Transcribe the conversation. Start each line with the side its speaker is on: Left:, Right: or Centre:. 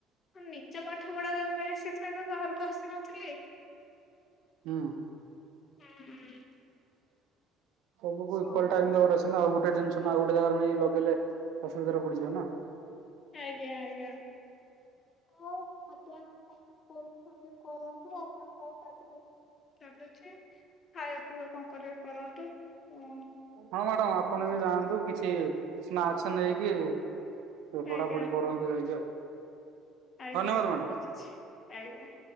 Left: ମୁଁ ନିଜ ପାଠପଢ଼ା ପାଇଁ ସେଥିପାଇଁ ତ ବାହାରକୁ ଆସିନଥିଲି।
Right: ହୁଁ।
Left: ହୁଁ।
Right: ସବୁକି
Left: ହଉ।
Right: ଇକ୍ୱାଲ ଟାଇମ ଦବାର ଅଛି ନା ଆଉ ଗୋଟେ ଟେନସନ୍ ଆଉ ଗୋଟେ ଜାଗାରେ ନେଇ ଲଗେଇଲେ ଅସୁବିଧାରେ ପଡିଯିବେ ନା।
Left: ଆଜ୍ଞା ଆଜ୍ଞା ହଉ ଆପଣ କଣ କରୁଛନ୍ତି? କରନ୍ତୁ ନା ଆପଣ କ ପାରେ ଅଛି। ଖାଇବା ପିଇବା କଣ କରିବେ କରନ୍ତୁ ଓ।
Right: ହଁ ମ୍ୟାଡ଼ାମ ଆପଣ ବି ଯାଆନ୍ତୁ କିଛି ସ୍ନାକ୍ସ ନେଇକି
Left: ହେବେ
Right: ପଢାପଢି
Left: ଆଜ୍ଞା
Right: କରନ୍ତୁ ଯାଇକି ଆଉ।
Left: ଆଜ୍ଞା
Right: ଧନ୍ୟବାଦ
Left: ଆଜ୍ଞା
Right: ମ୍ୟାଡ଼ାମ୍
Left: ରଖୁଛି ଆଜ୍ଞା।